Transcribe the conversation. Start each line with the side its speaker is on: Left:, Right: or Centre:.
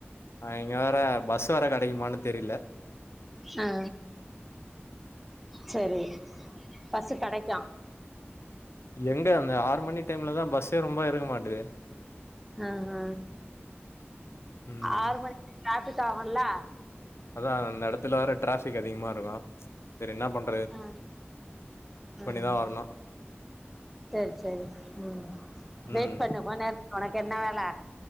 Left: இங்க வேற பஸ் வேற கெடக்குமான்னு தெரில
Centre: ஆ சரி பஸ் கெடைக்க
Left: எங்க அந்த ஆறு மணி டைம்ல தா பஸ்ஸே ரொம்ப இருக்க மாட்டிதே
Centre: ஆஹ
Left: ம்.
Centre: ஆறு மணிக்கு சாப்புட்டாகல
Left: அதா அந்த எடத்துல வேற டிராஃபிக் அதிகமா இருக்கு சரி என்ன பண்
Centre: அ ம்
Left: தான் வரணும்.
Centre: சரி சரி உம் வெயிட்
Left: ம்.
Centre: பண்ணு <unintelligible> உனக்கு என்ன வேல